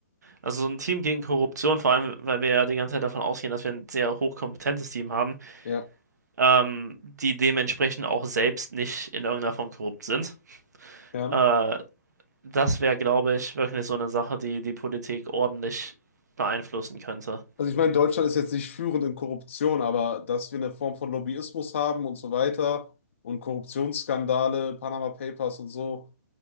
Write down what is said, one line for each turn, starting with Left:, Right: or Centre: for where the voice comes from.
Right: Also so ein Team gegen Korruption, vor allem, weil wir ja die ganze Zeit davon ausgehen, dass wir ein sehr hochkompetentes Team haben,
Left: Ja,
Right: ähm, die dementsprechend auch selbst nicht in irgendeiner Form korrupt sind.
Left: ja.
Right: Äh, das wäre, glaube ich, wirklich so eine Sache, die die Politik ordentlich beeinflussen könnte.
Left: Also ich meine, Deutschland ist jetzt nicht führend in Korruption, aber dass wir eine Form von Lobbyismus haben und so weiter und Korruptionsskandale, Panama Papers und so,